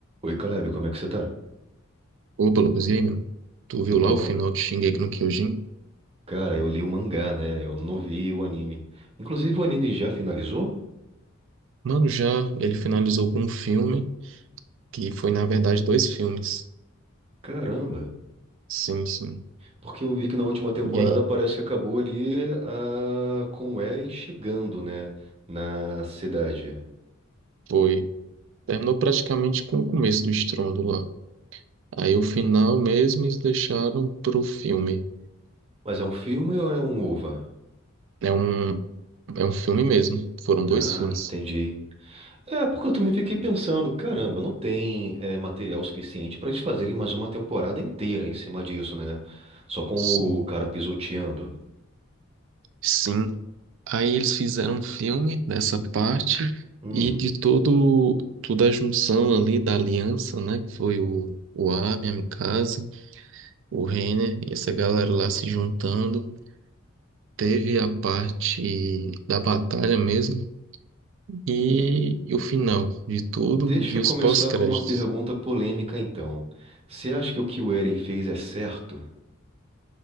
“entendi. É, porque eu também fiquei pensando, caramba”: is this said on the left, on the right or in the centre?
Right